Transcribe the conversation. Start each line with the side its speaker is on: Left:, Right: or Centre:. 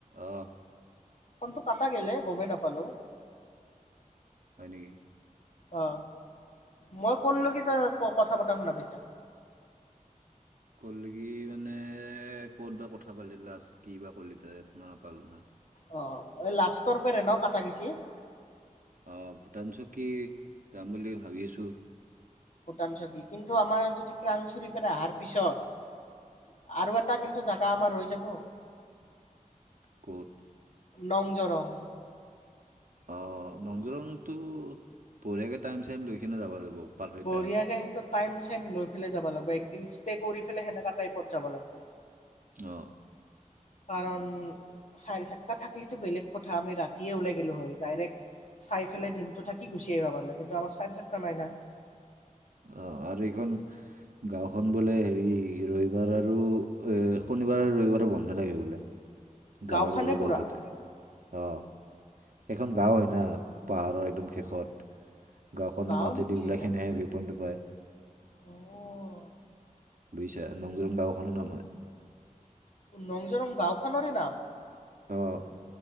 Right: অহ।
Left: টো কটা গলে গমেই নাপালো।
Right: হয়, নিকি।
Left: অ মই কললো কি তই কথা পতা শুনা পাইছা।
Right: কল কি মানে ক'ত বা কথা পালি লাষ্ট কি বা ক'লি তই শুনা নাপাল নহয়
Left: অ এই লাষ্টৰ পেৰে ন কটা গেচি।
Right: আহ ভূটান চকী যাম বুলি ভাবি আছো।
Left: ভূটান চকী কিন্তু আমাৰ যদি ক্ৰাংচুৰ প অহাৰ পিছত আৰু এটা কিন্তু জ ত আমাৰ হৈ যাব
Right: ক'ত,
Left: লং জৰং
Right: অ লং জৰংটো বঢ়িয়াকে টাইম চাইম লৈ কিনে যাব লাগিব। পাৰফেক্ট
Left: বঢ়িয়া
Right: টাইমত
Left: কে সেইটো টাইম চাইম লৈ ফেলাই যাব লাগিব। একদিন ষ্টে কৰি ফেলে সেনেকা টাইপত যাব লাগিব।
Right: আহ।
Left: কাৰণ চাৰি চাকটা থাকিলো বেলেগ কথা আমি ৰাতিয়ে ওলাই গলো হয় ডাইৰেক্ট চাই পেলাই দিনটো থাকি গুচিয়াই ভাব কিন্তু আমাৰ চাৰি চাকটা নাই ন।
Right: অ, আৰু এইখন গাওঁখন বোলে হেৰি ৰবিবাৰ আৰু এ শনিবাৰ আৰু ৰবিবাৰ বন্ধ থাকে বোলে।
Left: গাঁওখনে
Right: যাব নোৱাৰি
Left: পুৰা
Right: বোলে তাতে আহ। এখন গাও হয় ন। পাহাৰৰ একদম শেষত গাঁওখনৰ
Left: গাঁও
Right: মাজেদি
Left: নেকি
Right: ওলাই
Left: সেইখন
Right: খেনেহে ডুবাই
Left: অ',
Right: বুজিছা নংগং গাঁওখনৰ নাম হয়।
Left: নংজৰং গাঁওখনৰেই নাম?
Right: আহ